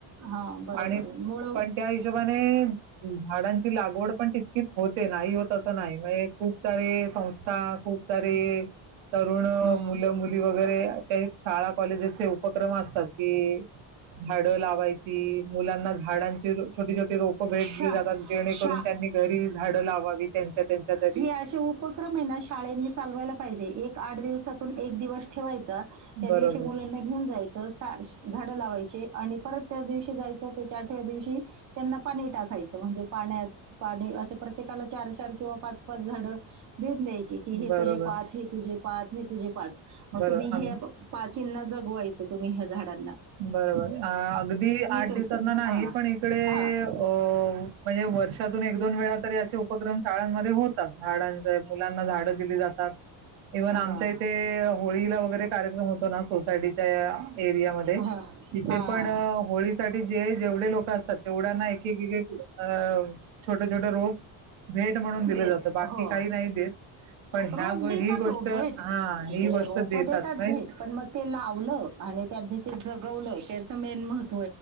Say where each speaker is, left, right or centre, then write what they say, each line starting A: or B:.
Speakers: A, on the right; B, on the right.
A: हा बरोबर
B: आणि
A: मुळ
B: पण त्या हिशोबाने झाडांची लागवड पण तितकीच होते नाही होत असं नाही, म्हणजे खूप सारे संस्था खूप सारे तरुण
A: हं.
B: मुल मुली वगैरे काही शाळा कॉलेजेसचे उपक्रम असतात की, झाड लावायची मुलांना झाडांची छोटी छोटी रोप भेट
A: शा
B: दिली जातात जेणेकरून
A: शा
B: त्यांनी घरी झाडं लावावी त्यांच त्यांच तरी.
A: हे असे उपक्रम आहे ना शाळेंनी चालवायला पाहिजे एक. आठ दिवसातून एक दिवस. ठेवाईल. त्या
B: बरोबर,
A: दिवशी मुलांना घेऊन जायच अस काश झाड लावायची आणि परत त्या दिवशी जायचं त्याच्या आठव्या दिवशी त्यांना पाणी टाक. द्यायचं म्हणजे पाण्यात पाणी असे प्रत्येकाला चार, चार किंवा पाच, पाच झाड देऊन द्याय जे की हे
B: बरोबर,
A: तुझे पाच, हे तुझे पाच हे तुझे पाच. मग
B: बरं
A: तुम्ही
B: आम
A: हे प पाचीना जग बुवायचं तुम्ही ह्या झाडात.
B: बरोबर. अ अगदी आठ
A: तुमचं.
B: दिवसातना नाही
A: हां.
B: पण इकडे
A: हां.
B: अ हो म्हणजे वर्षातून एक, दोन वेळा तरी असे उपक्रम शाळांमध्ये होतात. झाडांचे मुलांना झाडं दिली जातात. इव्हन
A: हां.
B: आमच्या इथे होळीला वगैरे कार्यक्रम होतो ना सोसायटीच्या एरियामध्ये तिथे
A: हां. हां.
B: पण
A: हां.
B: होळीसाठी जे जेवढे लोक असतात. तेवढ्यांना एक एक अ छोट छोट रोप भेट म्हणून दिलं
A: दे
B: जातं बाकी
A: हो.
B: काही नाही देत. पण
A: रोप
B: ह्या
A: देतात
B: ही गोष्ट
A: हो भेट
B: हा
A: ते
B: ही गोष्ट
A: रोप
B: देतात नाही.
A: भेट पण मग ते लावलं आणि त्यांनी ते जगवलं त्याचं मेन महत्